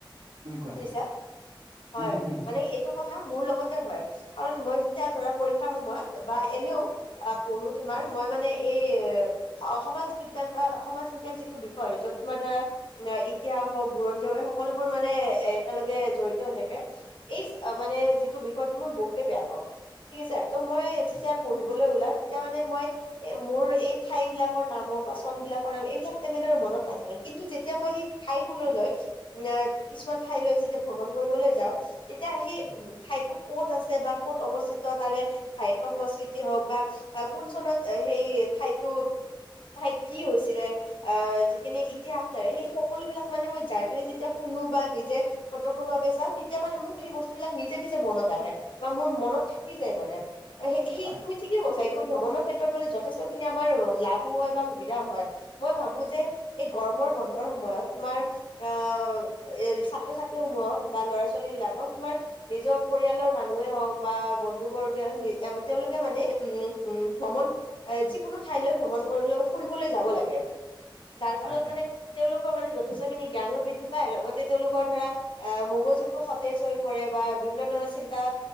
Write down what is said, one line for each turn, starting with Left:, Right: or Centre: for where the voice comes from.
Right: উম, কোৱা।
Left: শুনিছা হয়
Right: উম হুম হুম
Left: মানে এইটো কথা মোৰ লগতে হয়। কাৰণ মই যেতিয়া ধৰা পৰীক্ষাৰ সময়ত বা এনেও পঢ়ো তোমাৰ
Right: হয়
Left: মই মানে এই সমাজ বিজ্ঞান বা সমাজ বিজ্ঞান যিটো বিষয় য'ত তোমাৰ ধৰা ইতিহাস হওক বুৰঞ্জ হওক এই সকলো বোৰ মানে এ একেলগে জড়িত হৈ থাকে। এই মানে যিটো বিষয়ো মই বহুতেই বেয়া পাওঁ ঠিক আছে। ত' মই
Right: উম,
Left: যেতিয়া পঢ়িবলৈ ওলাও তেতিয়া মানে মই এ মোৰ এই ঠাইবিলাকৰ নাম হওক বা চন বিলাকৰ নাম এইবিলাক তেনেদৰে মনত নাথাকে। কিন্তু যেতিয়া যেতিয়া মই সেই ঠাইবোৰলৈ আহ কিছুমান ঠাইলৈ যেতিয়া ভ্ৰমণ কৰিবলৈ যাওঁ। তেতিয়া সেই
Right: উম,
Left: ঠাইবোৰ ক'ত আছে বা ক'ত অৱস্থিত তাৰে সাহিত্য সংস্কৃতি হওক বা কোন চনত সেই ঠাইতো ঠাইত কি হৈছিলে আহ যিখিনি ইতিহাস সেই সকলো বিলাক মানে মই যাই পিনে যেতিয়া শুনো বা নিজে প্ৰত্যক্ষৰ বাবে চাওঁ তেতিয়া মানে মোৰ সেই বস্তু বিলাক নিজে নিজে মনত আহে বা মোৰ মনত থাকি যায় মানে অ সেই
Right: হয়
Left: তুমি ঠিকে কৈছা ত' ভ্ৰমণৰ ক্ষেত্ৰত মানে যথেষ্টখিনি আমাৰ লাভো হয় বা সুবিধাও হয় মই ভাবো যে এই গৰমৰ বন্ধৰ সময়ত তোমাৰ আহ এ ছাত্ৰ ছাত্ৰী সমূহক বা ল'ৰা ছোৱালীবিলাকক তোমাৰ নিজৰ পৰিয়ালৰ মানুহ মানুহে হওক বা বন্ধু বৰ্গে নি তেওঁওলোকে মানে উম উম, ভ্ৰমণ যিকোনো ঠাইলৈ ভ্ৰমণ কৰিবলৈ ফুৰিবলৈ যাব লাগে। যাৰ ফলত
Right: হয় হয়
Left: মানে তেওঁলোকৰ মানে যথেষ্টখিনি জ্ঞানো বৃদ্ধি পায় লগতে তেওঁলোকৰ ধৰা অ' মগজুতো সতেজ হৈ পৰে বা বা বিভিন্ন ধৰণৰ চিন্তা